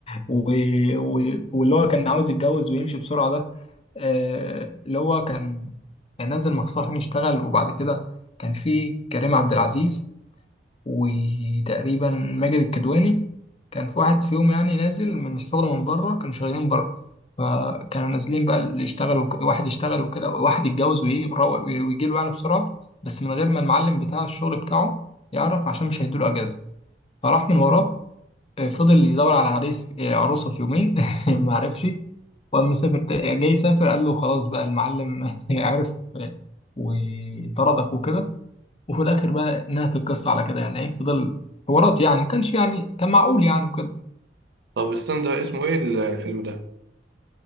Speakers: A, on the left; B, on the right.
A: و... و... واللي هو كان عاوز يتجوز ويمشي بسرعه ده آه، اللي هو كان كان نازل مخصوص عشان يشتغل وبعد كده كان في كريم عبد العزيز وتقريبا ماجد الكدواني كان في واحد فيهم يعني نازل من الشغل من بره كانوا شغالين بره فكانوا نازلين بقى اللي يشتغل وك... واحد يشتغل وكده واحد يتجوز ويجي ويجي له يعني بسرعة بس من غير ما المعلم بتاع الشغل بتاعه يعرف عشان مش هيدوله أجازة فراح من وراه آه، فضل يدور على عريس آه، عروسة في يومين <laughs> ما عرفش وقام مسافر تا- جاي يسافر قال له خلاص بقى المعلم <laughs> عرف آه، وطردك وكده وفي الاخر بقى نهت القصه على كده يعني ايه فضل حوارات يعني ما كانش يعني كان معقول يعني وكده
B: طب استنى ده اسمه ايه الفيلم ده